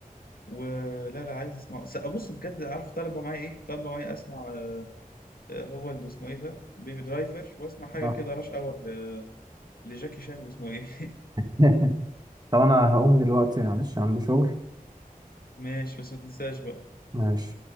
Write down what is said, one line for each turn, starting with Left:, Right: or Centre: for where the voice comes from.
Left: ولا لا عايز اسمعه س- ابص بجد عارف طالبه معايا ايه طالبه معايا اسمع آه، هو اللي اسمه ايه ده بيبي درايفر واسمع حاجه
Right: آه.
Left: كده راش اور لجاكي شان واسمه ايه
Right: <laughs> طب انا هقوم دلوقتي معلش عندي شغل
Left: ماشي بس ما تنساش بقى
Right: ماشي